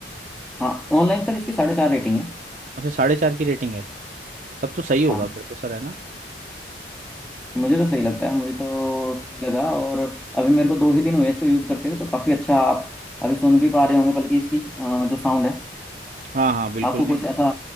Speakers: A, in the centre; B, on the right.
A: हाँ ऑनलाइन सर इसकी साढ़े चार रेटिंग है
B: अच्छा साढ़े चार की रेटिंग है तब तो सही होगा
A: हाँ
B: फिर तो सर है ना
A: मुझे तो सही लगता है मुझे तो सही लगा और अभी मेरे को दो ही दिन हुए इसको यूज़ करते हुए तो काफ़ी अच्छा आप अभी सुन भी पा रहे होंगे बल्कि इसकी अ, जो साउंड है
B: हाँ हाँ बिल्कुल
A: आपको कुछ
B: नहीं
A: ऐसा